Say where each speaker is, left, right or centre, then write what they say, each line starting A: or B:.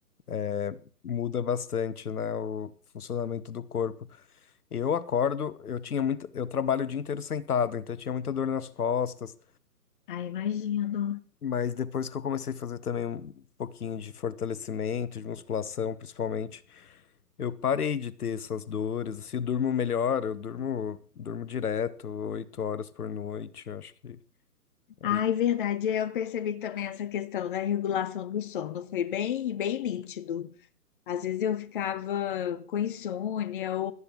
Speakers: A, on the left; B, on the left.
A: É, muda bastante, né, o funcionamento do corpo. Eu acordo, eu tinha muito, eu trabalho o dia inteiro sentado, então eu tinha muita dor nas costas,
B: Ai, imagino.
A: Mas depois que eu comecei a fazer também um pouquinho de fortalecimento, de musculação, principalmente, eu parei de ter essas dores. Assim, eu durmo melhor, eu durmo, durmo direto, oito horas por noite. Eu acho que ajuda.
B: Ai, verdade, eu percebi também essa questão da regulação do sono, foi bem, bem nítido. Às vezes eu ficava com insônia ou,